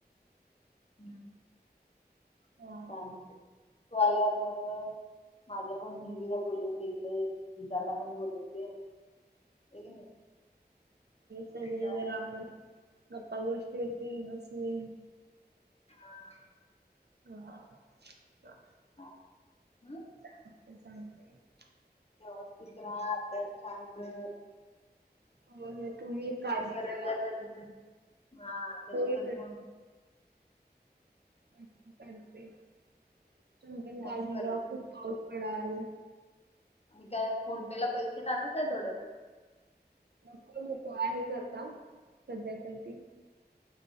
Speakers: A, on the left; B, on the right.
A: <inaudible>
B: हां
A: चालतय तु आल्यावर म माझ्या पण मुलगीला बोलवते इकडे जिजाला पण बोलवते होय की नाही.
B: सगळे
A: जिजा
B: जर आपण गप्पा गोष्टी येतील बसून.
A: हा.
B: <inaudible>
A: हां.
B: <inaudible>
A: व्यवस्थित राहा अभ्यास छान कर.
B: <inaudible> काळजी
A: फोन करत
B: घ्या.
A: जा कधी तर हा कधी
B: होय
A: तर फोन.
B: नक्की करते तुम्ही पण
A: फोन
B: काळजी
A: करत
B: घ्या खूप पाऊस पडालागलय
A: आणि काय फोन पे ला पैसे टाकू काय थोडे.
B: नको नको आहेत आता सध्यासाठी.